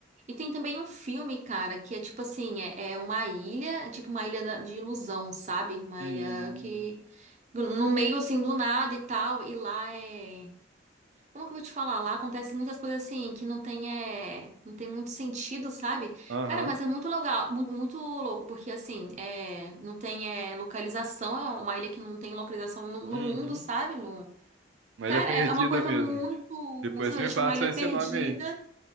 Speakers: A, on the right (about 40°); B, on the right (about 80°).
A: E tem também um filme, cara, que é tipo assim, é, é uma ilha, tipo uma ilha da- de ilusão, sabe? Uma
B: Uhum.
A: ilha que no meio assim do nada e tal, e lá é Como que eu vou te falar? Lá acontece muitas coisas assim que não tem, é, não tem muito sentido, sabe?
B: Aham.
A: Cara, mas é muito legal, mu- muito, louco, porque assim, é, não tem é, localização, é uma ilha que não tem localização no, no
B: Uhum.
A: mundo, sabe? Não-
B: Mas
A: Cara,
B: ele é perdida
A: é uma coisa
B: mesmo.
A: muito,
B: Depois
A: muito legal,
B: você me
A: tipo
B: passa
A: uma ilha
B: esse
A: perdida.
B: nome aí.